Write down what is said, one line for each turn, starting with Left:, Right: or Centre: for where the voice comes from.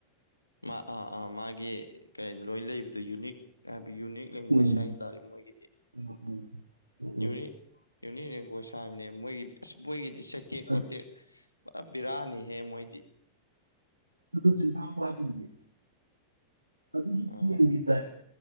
Left: ꯃꯥ ꯑꯥ ꯑꯥ ꯃꯥꯒꯤ ꯀꯩ ꯂꯣꯏ ꯂꯩꯕꯗꯣ ꯌꯨꯅꯤꯛ ꯍꯥꯏꯕ ꯌꯨꯅꯤꯛ ꯂꯦꯡꯒ꯭ꯋꯦꯖ
Right: ꯎꯝ
Left: ꯍꯥꯏ ꯇꯥꯔꯦ ꯃꯣꯏꯒꯤꯗꯤ
Right: ꯎꯝ ꯎꯝ
Left: ꯌꯨꯔꯤ ꯌꯨꯅꯤ <unintelligible> ꯍꯥꯏꯕꯅꯦ ꯃꯣꯏꯒꯤ ꯑꯁ ꯃꯣꯏꯒꯤꯗꯤ ꯆꯩꯀꯦꯛ
Right: ꯑꯗꯨ
Left: ꯀꯣꯠꯇꯦꯛ ꯕꯤꯔꯥꯅꯤꯍꯦ ꯃꯣꯏꯗꯤ
Right: ꯑꯗꯨ ꯆꯤꯟꯐꯥ ꯐꯥꯗꯣꯢꯅꯦ ꯑꯗꯨꯖꯨ
Left: ꯑ
Right: <unintelligible> ꯒꯤ ꯇꯥꯢꯞꯅꯦ